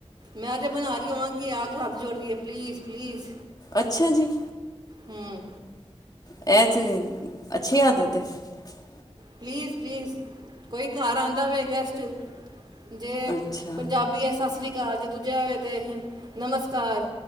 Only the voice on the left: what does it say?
ਅੱਛਾ ਜੀ
ਇਹ ਤੇ ਅੱਛੀ ਆ ਮੱਦਦੇ <unintelligible>
ਅੱਛਾ